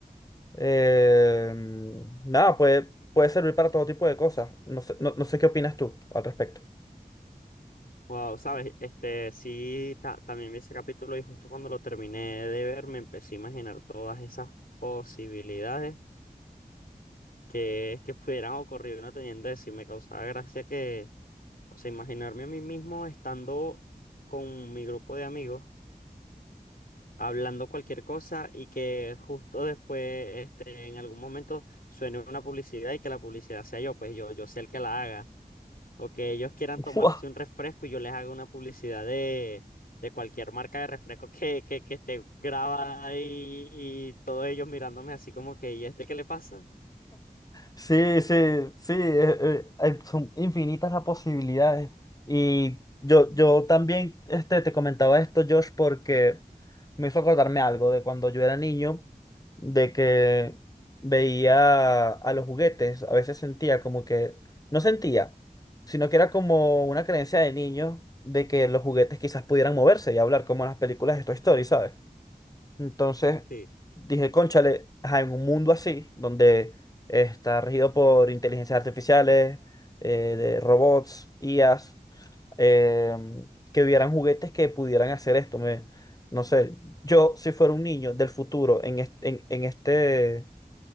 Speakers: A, on the left (about 25°); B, on the left (about 70°).
A: Eh, nada, puede, puede servir para todo tipo de cosas. No sé, no, no sé qué opinas tú al respecto.
B: Wow, sabes, este sí, ta- también vi ese capítulo y justo cuando lo terminé de ver me empecé a imaginar todas esas posibilidades que, es que pudieran ocurrir una teniendo eso y me causaba gracia que, o sea, imaginarme a mí mismo estando con mi grupo de amigos hablando cualquier cosa y que justo después, este, en algún momento suene una publicidad y que la publicidad sea yo, pues yo, yo sea el que la haga. o que ellos quieran
A: <laughs>
B: tomarse un refresco y yo les haga una publicidad de, de cualquier marca de refresco que, que, que esté grabada y, y todos ellos mirándome así como que, ¿y este qué le pasa?
A: Sí, sí, sí, eh, eh, hay- son infinitas las posibilidades. Y yo, yo también este, te comentaba esto, Josh, porque me hizo acordarme algo de cuando yo era niño, de que veía a los juguetes, a veces sentía como que, no sentía, sino que era como una creencia de niño de que los juguetes quizás pudieran moverse y hablar como en las películas de Toy Story, ¿sabes? Entonces
B: Sí.
A: dije, cónchale, ajá, en un mundo así, donde está regido por inteligencias artificiales, eh, de robots, IAs, em, que hubieran juguetes que pudieran hacer esto. Me, no sé, yo si fuera un niño del futuro en, est- en, en este,